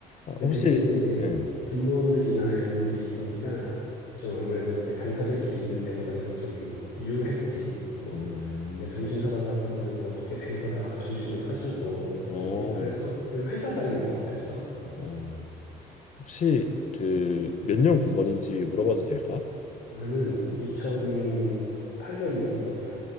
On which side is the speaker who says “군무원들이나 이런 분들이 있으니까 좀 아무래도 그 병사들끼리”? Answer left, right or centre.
Left